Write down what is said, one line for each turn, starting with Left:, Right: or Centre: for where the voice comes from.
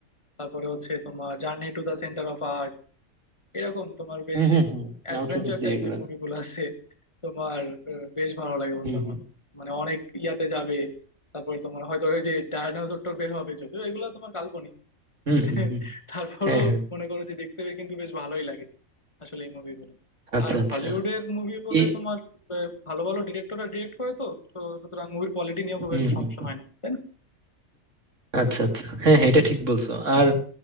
Left: তারপরে হচ্ছে তোমার journey to the centre of art এরকম তোমার বেশ
Right: হুম
Left: যে
Right: হুম হুম
Left: অ্যাডভেঞ্চার
Right: নাম শুনছি
Left: টাইপ
Right: এগুলা
Left: যে মুভিগুলো আছে তোমার আহ, বেশ ভালো লাগে বন্ধু
Right: হুম
Left: আমার
Right: হুম
Left: মানে অনেক ইয়াতে যাবে তারপরে তোমার হয়তো ওই যে ডায়নোসর টোর বের হবে যদিও এগুলো তোমার কাল্পনিক
Right: হুম
Left: <laughs>
Right: হুম হুম।
Left: তারপরেও
Right: হ্যাঁ হ্যাঁ
Left: মনে করো যে দেখতে কিন্তু বেশ ভালোই লাগে আসলে এই মুভিগুলো
Right: আচ্ছা
Left: আর
Right: আচ্ছা
Left: হলিউডের মুভি বলে
Right: এ
Left: তোমার আহ, ভালো ভালো ডিরেক্টররা ডিরেক্ট করে তো তো সুতরাং মুভির কোয়ালিটি নিয়েও খুব
Right: হুম
Left: একটা সমস্যা
Right: হুম
Left: হয় না তাই না
Right: আচ্ছা আচ্ছা হ্যাঁ হ্যাঁ এটা ঠিক বলছো আর